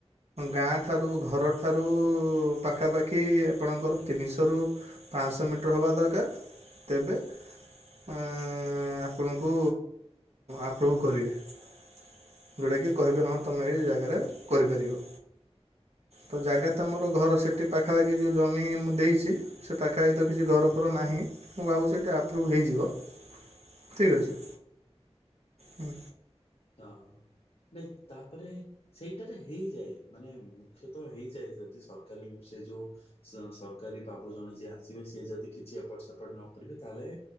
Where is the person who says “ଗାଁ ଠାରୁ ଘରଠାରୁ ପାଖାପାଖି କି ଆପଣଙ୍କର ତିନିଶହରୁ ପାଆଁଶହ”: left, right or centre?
Right